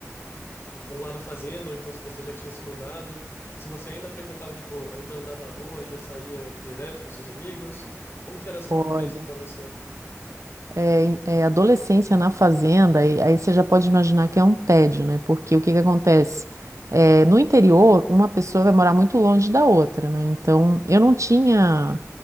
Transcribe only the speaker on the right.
Olha.
é, é, adolescência na fazenda, e aí você já pode imaginar que é um tédio, né? Porque o que que acontece? É, no interior, uma pessoa vai morar muito longe da outra, né? Então, eu não tinha,